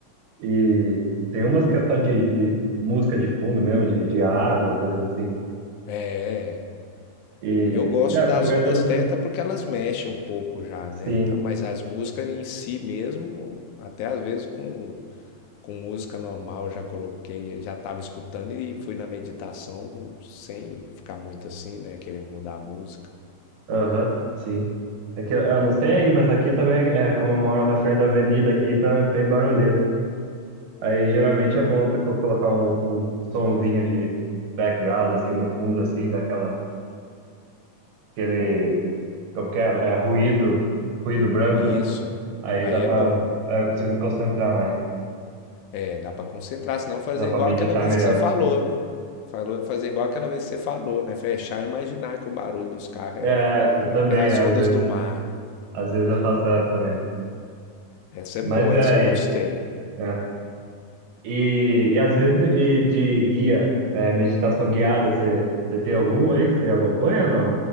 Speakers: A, on the right; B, on the left.
A: E tem umas que é só de, de música de fundo mesmo, de, de água, coisas assim.
B: É,
A: E
B: eu gosto
A: é,
B: das
A: pô, eu
B: ondas
A: eu não sei.
B: teta porque elas mexem um pouco já,
A: Sim,
B: né? Então, mas as músicas em si mesmo, até às vezes com com música normal, já coloquei, já estava escutando e fui na meditação sem ficar muito assim, né? Querer mudar a música.
A: aham, sim. É que eu, eu não sei aí, mas aqui também, é, é, como eu moro na frente da avenida aqui, tá bem barulhento. Aí geralmente é bom ter, co- colocar um, um sonzinho de background, assim, no fundo, assim, daquela, aquele, como que é, é, ruído, ruído branco,
B: E
A: né?
B: isso,
A: Aí
B: aí
A: dá
B: é
A: pra,
B: bom.
A: aí eu consigo me concentrar mais,
B: É, dá para concentrar, senão fazer
A: dá pra
B: igual
A: meditar
B: aquela vez
A: melhor.
B: que você falou, né? Falou, fazer igual aquela vez que você falou, né? Fechar e imaginar que o barulho dos carros é,
A: É, t- também,
B: é as
A: às
B: ondas
A: vezes.
B: do mar.
A: Às vezes eu faço essa também.
B: Essa é
A: Mas
B: boa,
A: é
B: essa
A: aí.
B: eu gostei.
A: É. E, e às vezes, e de guia, é, meditação guiada, você, você tem algum aí que você acompanha ou não?